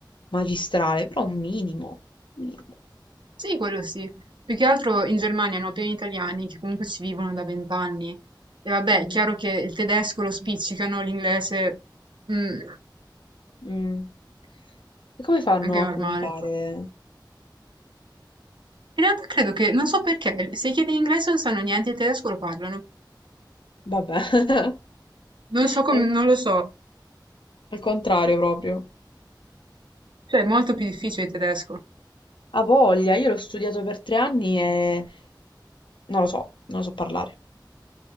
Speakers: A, on the left (about 80°); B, on the right (about 75°).
A: magistrale, però un minimo. Minimo.
B: sì, quello sì. Più che altro in Germania hanno pieni italiani che comunque ci vivono da vent'anni. E vabbè,
A: Mm.
B: è chiaro che il tedesco lo spiccicano, l'inglese... mm,
A: Mm. E come fanno
B: anche normale.
A: a comunicare?
B: In realtà credo che, non so perché, se chiedi in inglese non sanno niente, il tedesco lo parlano.
A: Vabbè, <laughs>
B: Non so come,
A: al,
B: non lo so.
A: al contrario proprio.
B: Cioè, è molto più difficile il tedesco.
A: Ha voglia, io l'ho studiato per tre anni e non lo so, non lo so parlare.